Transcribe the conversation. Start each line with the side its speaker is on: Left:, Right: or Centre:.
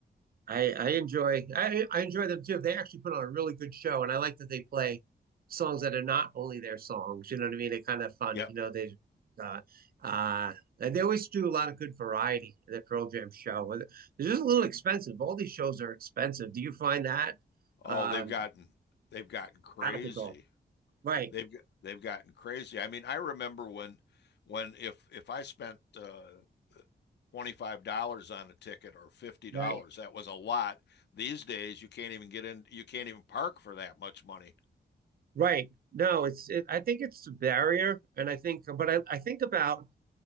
Right: I I enjoy I I enjoy them too. They actually put on a really good show, and I like that they play songs that are not only their songs. You know what I mean? They're kind of fun.
Left: Yeah,
Right: You know, they uh uh and they always do a lot of good variety in the Pearl Jam show. And They're just a little expensive. All these shows are expensive. Do you find that
Left: Oh,
Right: uh,
Left: they've gotten they've gotten crazy.
Right: out of control? Right,
Left: They've g- they've gotten crazy. I mean, I remember when when if if I spent uh, $25 on a ticket or $50,
Right: right.
Left: that was a lot. These days you can't even get in you can't even park for that much money.
Right: Right. No, it's it, I think it's a barrier, and I think, but I, I think about